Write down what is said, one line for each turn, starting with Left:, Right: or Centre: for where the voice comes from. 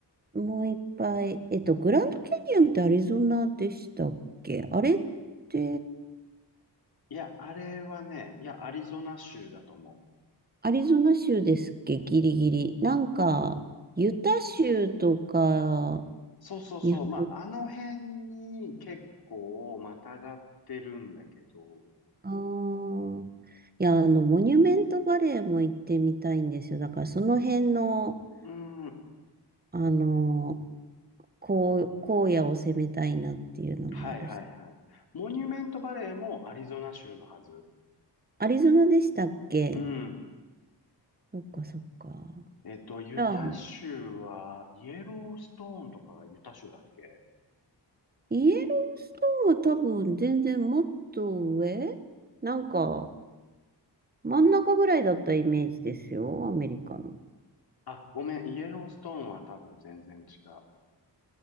Right: もいっぱい、えっと、グランドキャニオンってアリゾナでしたっけあれって、
Left: いや、あれはね、いや、アリゾナ州だと思う。
Right: アリゾナ州ですっけギリギリ。なんか、ユタ州とか
Left: そうそうそう。
Right: に入る、
Left: まあ、あの辺に結構またがってるんだけど、
Right: あーいや、あの、モニュメントバレーも行ってみたいんですよ。だから、その辺の、
Left: うん。
Right: あの、こう、荒野を攻めたいなっていうのもあるし。
Left: はいはいはい。モニュメントバレーもアリゾナ州のはず。
Right: アリゾナでしたっけ
Left: うん。
Right: そっかそっか。
Left: えっと、ユタ州は、
Right: ああ、
Left: イエローストーンとかがユタ州だっけ
Right: イエローストーンは多分全然もっと上なんか真ん中ぐらいだったイメージですよ、アメリカの。
Left: あ、ごめん、イエローストーンは多分全然違う。